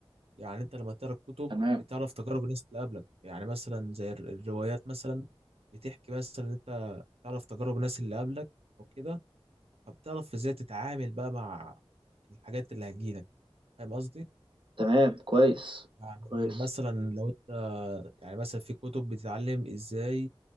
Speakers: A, on the right; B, on the right.
A: يعني انت لما تقرا الكتب
B: تمام
A: بتعرف تجارب الناس اللي قبلك يعني مثلا زي الر- الروايات مثلا بتحكي مثلا إن انت تعرف تجارب الناس اللي قبلك او كده فبتعرف ازاي تتعامل بقى مع الحاجات اللي هتجيلك فاهم قصدي
B: تمام كويس
A: يعني
B: كويس
A: مثلا لو انت يعني مثلا في كتب بتتعلم ازاي